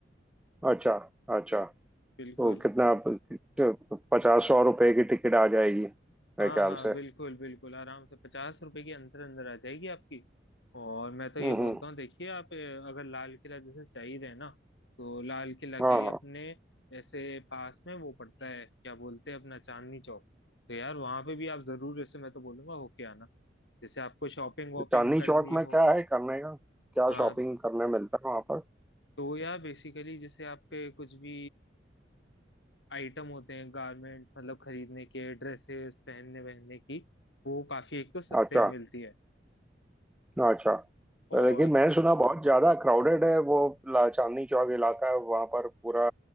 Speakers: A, in the centre; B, on the left.
A: अच्छा अच्छा
B: बिल्कुल
A: तो कितना पचास सौ रुपए की टिकट आ जाएगी मेरे
B: हाँ
A: ख्याल
B: हाँ
A: से
B: बिल्कुल बिल्कुल आराम से पचास रुपए के अंदर अंदर आ जाएगी आपकी और मैं तो ये
A: हम्म
B: बोलता
A: हम्म,
B: हूँ देखिए आप अ, अगर लाल किला जैसे चाहिए रहे ना तो लाल किला के
A: हाँ
B: अपने
A: हाँ
B: ऐसे पास में वो पड़ता है क्या बोलते हैं अपना चांदनी चौक तो यार वहां पे भी आप जरूर जैसे मैं तो बोलूंगा होके आना जैसे आपको शॉपिंग वॉपिंग
A: हाँ। चांदनी
B: करनी
A: चौक में
B: हो
A: क्या है करने का क्या
B: हाँ
A: शॉपिंग करने मिलता है वहां पर
B: तो यार बेसिकली जैसे आपके कुछ भी आइटम होते हैं गारमेंट्स मतलब खरीदने के ड्रेसेस पहनने वहनने की वो काफी एक तो सस्ते
A: अच्छा
B: में मिलती है
A: अच्छा
B: और
A: लेकिन मैं सुना बहुत ज्यादा क्राउडेड है वो ला- चांदनी चौक इलाका है वहां पर पूरा